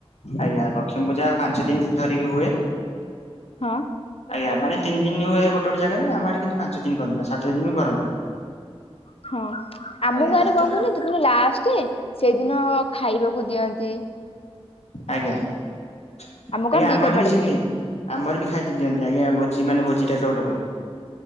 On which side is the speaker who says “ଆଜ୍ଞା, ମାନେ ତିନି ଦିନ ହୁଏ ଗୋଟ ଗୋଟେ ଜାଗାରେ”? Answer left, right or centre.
Left